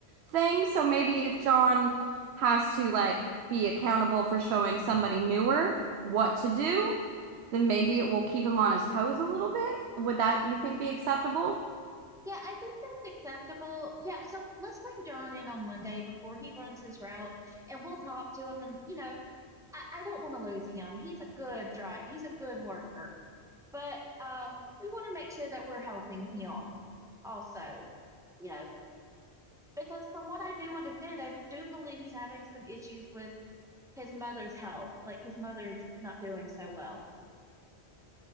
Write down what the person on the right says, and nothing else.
thing. So maybe if John has to like be accountable for showing somebody newer what to do, then maybe it will keep him on his toes a little bit. Would that you think be acceptable?